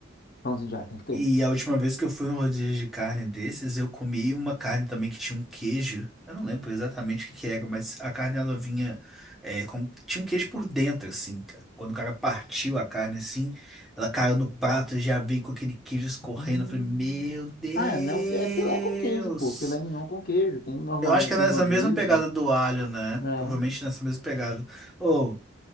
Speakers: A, on the left; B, in the centre.
A: Pãozinho de alho tem que ter.
B: E a última vez que eu fui em um rodízio de carne desses, eu comi uma carne também que tinha um queijo. Eu não lembro exatamente o que que era, mas a carne ela vinha é, com... tinha um queijo por dentro, assim, cara. Quando o cara partiu a carne assim, ela caiu no prato, já veio com aquele queijo escorrendo.
A: Hum.
B: Eu falei, meu Deus!
A: Ah, é, né? o fi- É filé com queijo, pô. Filé mignon com queijo. Tem normalmente
B: Eu acho que é nessa
A: em rodízio.
B: mesma pegada do alho, né?
A: É.
B: Provavelmente nessa mesma pegada. Ô,